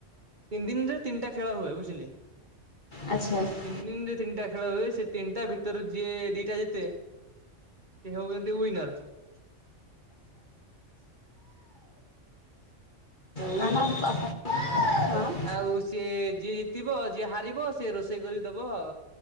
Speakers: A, on the right; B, on the left.
A: ତିନିଦିନରେ ତିନିଟା ଖେଳ ହୁଏ ବୁଝିଲେ?
B: ଆଚ୍ଛା।
A: ତିନିଦିନରେ ତିନିଟା ଖେଳ ହୁଏ ସେ ତିନିଟା ଭିତରୁ ଯିଏ ଦିଟା ଜିତେ ସେ ହେଉଚନ୍ତି ୱିନର। ସେ ୱିନର
B: କାରଣ ହଁ
A: ଆଉ ସିଏ ଯିଏ ଜିତିବ ଯିଏ ହାରିବ ସିଏ ରୋଷେଇ କରିଦବ।